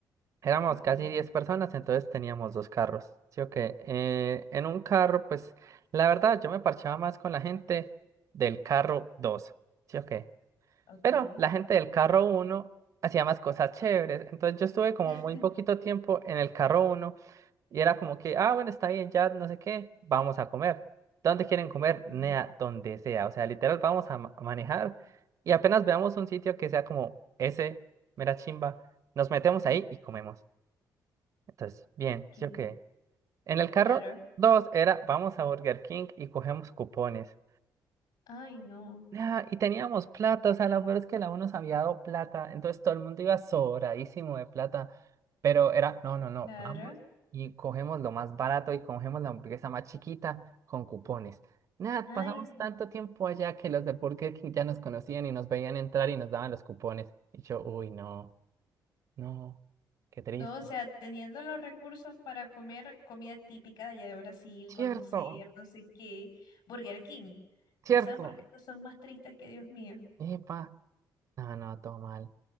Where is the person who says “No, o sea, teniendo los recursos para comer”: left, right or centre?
Left